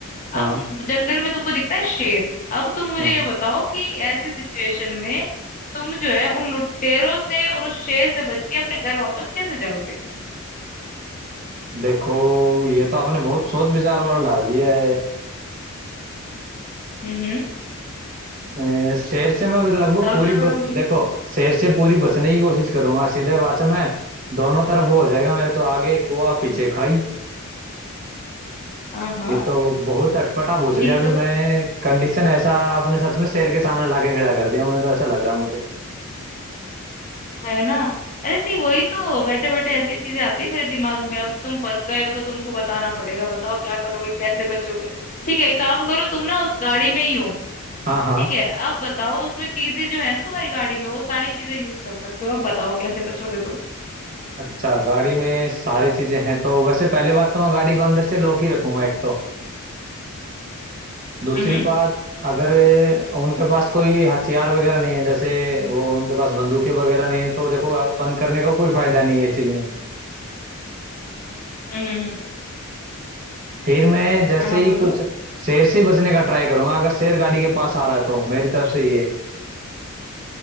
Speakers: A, on the right (about 40°); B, on the left (about 35°).
A: हाँ
B: अब जंगल में तुमको दिखता है शेर अब तुम मुझे
A: हाँ
B: ये बताओ कि ऐसी सिचुएशन में तुम जो है उन लुटेरों से और उस शेर से बच के अपने घर वापस कैसे जाओगे
A: देखो ये तो आपने बहुत सोच विचार वाला डाल दिया है
B: हम्म हम्म
A: अ, शेर से मैं लगभग
B: बताओ
A: पूरी
B: क्या
A: बच
B: करोगे
A: देखो शेर से पूरी बचने की कोशिश करूंगा सीधे बात से मैं दोनों तरफ वो हो जाएगा मेरे तो आगे कुआ पीछे खाई
B: हाँ हाँ
A: ये तो बहुत अटपटा पूछ
B: यही
A: लिया अभी
B: तो
A: मैं कंडीशन ऐसा आपने सच में शेर के सामने लाके खड़ा कर दिया मैं तो ऐसा लग रहा मुझे
B: है ना अरे नहीं वही तो बैठे बैठे ऐसी चीजें आती है मेरे दिमाग में अब तुम फंस गए हो तो तुमको बताना पड़ेगा बताओ क्या करोगे कैसे बचोगे ठीक है एक काम करो तुम ना उस गाड़ी में ही हो
A: हाँ हाँ
B: ठीक है अब बताओ उसमें चीजें जो है ना तुम्हारी गाड़ी में वो सारी चीजें यूज कर सकते हो अब बताओ कैसे बचोगे तुम
A: अच्छा गाड़ी में सारी चीजें हैं तो वैसे पहली बात तो मैं गाड़ी को अंदर से लॉक ही रखूंगा एक तो दूसरी
B: हम्म
A: बात अगर उनके पास कोई हथियार वगैरह नहीं है जैसे वो उनके पास बंदूकें वगैरह नहीं है तो देखो बंद करने का कोई फायदा नहीं है इस चीज में
B: हम्म हम्म हम्म। हम्म।
A: फिर मैं जैसे
B: हाँ हाँ
A: ही
B: बोलो
A: कुछ शेर से ही बचने का ट्राई करूंगा अगर शेर गाड़ी के पास आ रहा है तो मेरी तरफ से ये